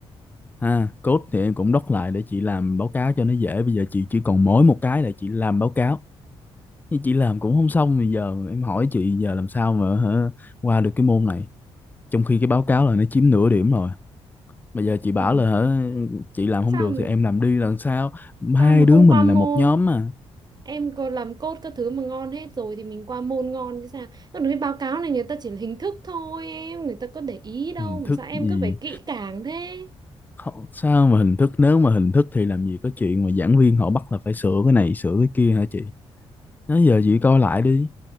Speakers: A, on the left; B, on the right.
A: À, code thì em cũng doc lại để chị làm báo cáo cho nó dễ. Bây giờ chị chỉ còn mỗi một cái là chị làm báo cáo. Nhưng chị làm cũng không xong. Bây giờ em hỏi chị giờ làm sao mà hả, qua được cái môn này. Trong khi cái báo cáo là nó chiếm nửa điểm rồi. Bây giờ chị bảo
B: Ừ.
A: là hả, chị làm không
B: Sao
A: được
B: mà,
A: thì em làm đi làm sao? Hai
B: sao mà
A: đứa
B: không
A: mình
B: qua môn?
A: là một nhóm mà.
B: em có làm code các thứ mà ngon hết rồi thì mình qua môn ngon chứ sao còn cái báo cáo này người ta chỉ là hình thức thôi em người ta có để ý đâu
A: Hình
B: mà
A: thức
B: sao em
A: gì?
B: cứ phải kỹ càng thế
A: Không- Sao mà hình thức? Nếu mà hình thức thì làm gì có chuyện mà giảng viên họ bắt là phải sửa cái này sửa cái kia hả chị? Nói giờ chị coi lại đi.